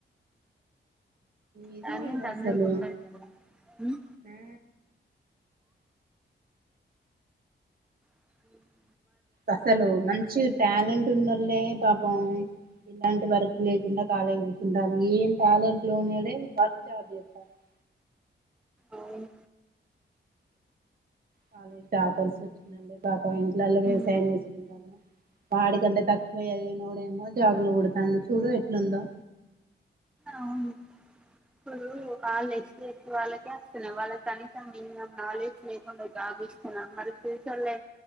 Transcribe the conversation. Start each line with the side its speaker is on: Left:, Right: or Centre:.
Right: ఏది
Centre: టాలెంట్
Right: లేదు
Centre: అందరికీ
Right: అసలు
Centre: ఉంటది కదా ఉ
Right: ఆ
Centre: ఉ
Right: అసలు మంచి టాలెంట్ ఉన్నోళ్లే పాపం ఇలాంటి వర్క్ లేకుండా ఖాళీగా కూర్చుంటారు ఏం టాలెంట్ లోనేడే జాబ్ చేస్తాండు <inaudible>
Centre: అవును
Right: కాలేజ్ టాపర్స్ వచ్చినోల్లే కొన్నింట్లోల వ్యవసాయం
Centre: ఉమ్
Right: చేసుకుంటారు వాడికింటే తక్కువ చదివినోడేమో జాబులు కొడతాండు చూడు ఎట్లుందో
Centre: అవును ఇప్పుడు అల్లే సి వాళ్ళకే వస్తున్నాయి వాళ్ళకి కనీసం మినిమం నాలెడ్జ్ లేకుండా జాబ్ ఇస్తున్నాం మరి ఫ్యూచర్ లో